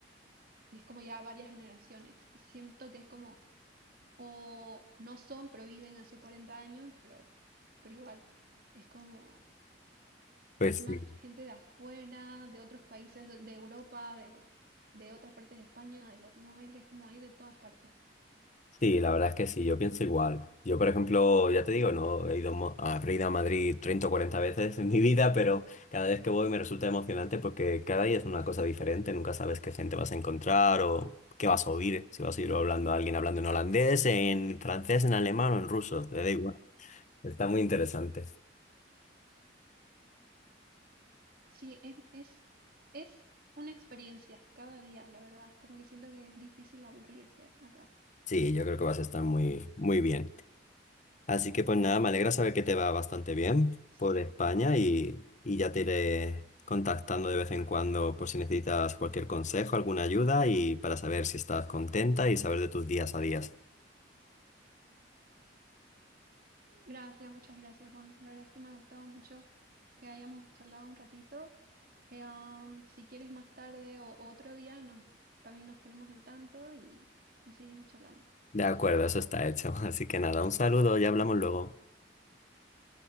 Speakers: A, on the right; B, on the left.
A: y es como ya varias generaciones. Siento que es como, o no son, pero viven hace 40 años, pero, pero igual, es como,
B: Pues
A: es más
B: sí.
A: gente de afuera, de otros países, de, de Europa, de, de otras partes de España, de Latinoamérica, es como hay de todas partes.
B: Sí, la verdad es que sí, yo pienso igual. Yo, por ejemplo, ya te digo, no he ido mo- a- habré ido a Madrid 30 o 40 veces en mi vida, pero cada vez que voy me resulta emocionante porque cada día es una cosa diferente, nunca sabes qué gente vas a encontrar o qué vas a oír, si vas a oír hablando a alguien hablando en holandés, en francés, en alemán o en ruso, te da igual. Está muy interesante.
A: Sí, es, es, es una experiencia cada día, la verdad. Como que siento que es difícil aburrirse acá.
B: Sí, yo creo que vas a estar muy, muy bien. Así que pues nada, me alegra saber que te va bastante bien
A: Sí.
B: por España y, y ya te iré contactando de vez en cuando por si necesitas cualquier consejo, alguna ayuda y para saber si estás contenta y saber de tus días a días.
A: Gracias, muchas gracias, Juan. La verdad es que me ha gustado mucho que hayamos charlado un ratito. Eh, am, si quieres más tarde o o otro día, nos, también nos ponemos al tanto y, y seguimos charlando.
B: De acuerdo, eso está hecho. <laughs> Así que nada, un saludo, ya hablamos luego.